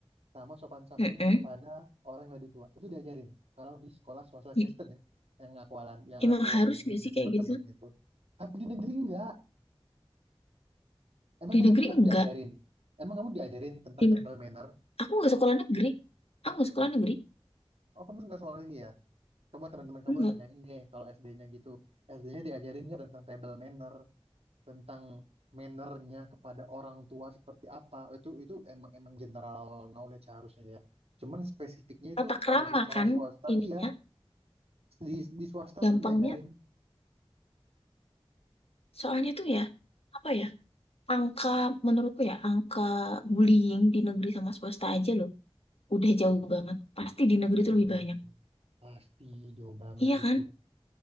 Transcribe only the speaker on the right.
sama sopan santun
kepada orang yang lebih tua. Itu diajarin kalau di sekolah swasta
Kristen ya yang aku alami yang
aku
alami
dari
teman-teman
itu. Tapi di negeri enggak. Emang
di
negeri kamu
diajarin? Emang kamu diajarin tentang
table manner?
Oh, kamu suka soal ini ya? Coba teman-teman kamu
tanyain deh kalau SD-nya gitu. SD-nya diajarin nggak tentang table manner, tentang mannernya kepada orang tua seperti apa? Itu itu emang emang general knowledge harusnya ya. Cuman spesifiknya itu
kalau di sekolah
swasta,
iya di di swasta
tuh diajarin.
Itu
jauh
banget.
Pasti jauh banget
itu.